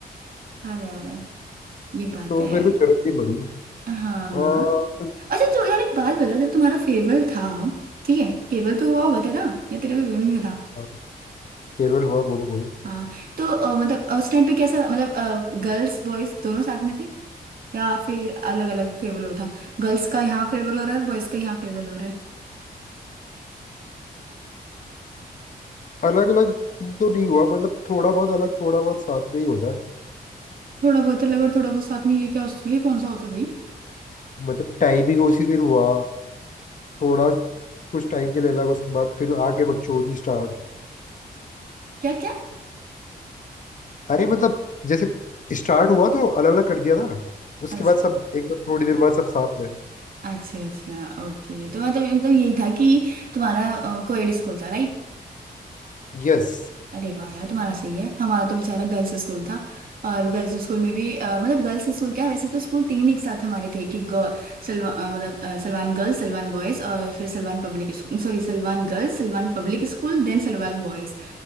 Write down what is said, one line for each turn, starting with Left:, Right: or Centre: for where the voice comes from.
Right: आ रहा है आ रहा है ये बात
Left: तो
Right: है
Left: मेरे को जरूरत नहीं पड़ी
Right: हाँ हाँ
Left: और
Right: अच्छा तो यार एक बात बता जब तुम्हारा फेयरवेल था ठीक है फेयरवेल तो हुआ होगा तेरा या तेरा फेयरवेल नहीं हुआ था
Left: और फेयरवेल हुआ बोलो बोलो
Right: हाँ तो अ, मतलब अ, उस टाइम पे कैसा मतलब गर्ल्स बॉयज दोनों साथ में थे या फिर अलग अलग फेयरवेल हो था गर्ल्स का यहाँ फेयरवेल हो रहा है और बॉयज का यहाँ फेयरवेल हो रहा है
Left: अलग अलग तो नहीं हुआ मतलब थोड़ा बहुत अलग थोड़ा बहुत साथ में ही होता है
Right: थोड़ा बहुत अलग और थोड़ा बहुत साथ में ये क्या उसमें ये कौन सा होता है भाई
Left: मतलब टाइमिंग उसी दिन हुआ थोड़ा कुछ टाइम के लिए अलग उसके बाद फिर आके बकचोदी स्टार्ट
Right: क्या क्या
Left: अरे मतलब जैसे स्टार्ट हुआ तो अलग अलग कर दिया था उसके
Right: अच्छा
Left: बाद सब एकदम थोड़ी देर बाद सब साथ में
Right: अच्छा अच्छा ओके तो मतलब मतलब यही था कि तुम्हारा कोएड स्कूल था राइट
Left: यस
Right: अरे वाह यार तुम्हारा सही है हमारा तो बेचारा गर्ल्स स्कूल था और गर्ल्स स्कूल में भी अ, मतलब गर्ल्स स्कूल क्या वैसे तो स्कूल तीन एक साथ हमारे थे कि गर्ल सलवा अ, मतलब अ, सलवान गर्ल्स सलवान बॉयज और फिर Salwan public sorry Salwan girls Salwan public school then Salwan boys